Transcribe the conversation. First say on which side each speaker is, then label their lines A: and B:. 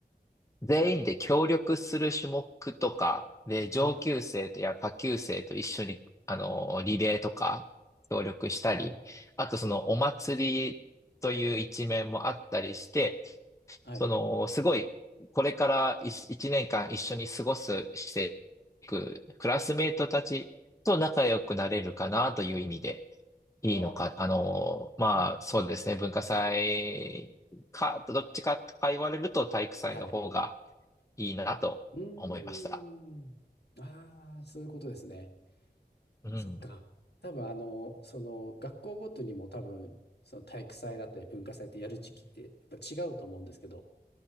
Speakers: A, on the left (about 15°); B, on the left (about 70°).
A: 全員で協力する種目とか、で、
B: はい。
A: 上級生とや下級生と一緒に、あの、リレーとか協力したり、
B: はい。
A: あとそのお祭りという一面もあったりして、
B: はい。
A: その、すごい、これから1年間一緒に過ごす、していく、クラスメートたちと仲良くなれるかなという意味で、いいのか、
B: あ
A: あの、まあ、
B: ー。
A: そうですね、文化祭か、どっちかとか言われると体育祭の方が
B: はい。
A: いいなと思いました。
B: うーん。ああ、そういうことですね。
A: うん、
B: そっか。多分あの、その学校ごとにも多分、その体育祭だったり文化祭ってやる時期ってやっぱ違うと思うんですけど、